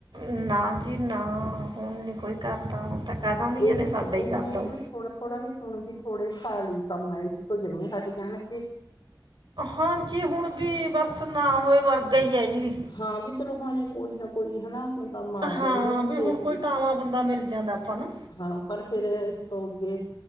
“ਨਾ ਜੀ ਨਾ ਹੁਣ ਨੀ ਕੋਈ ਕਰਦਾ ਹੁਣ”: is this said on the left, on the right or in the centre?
Right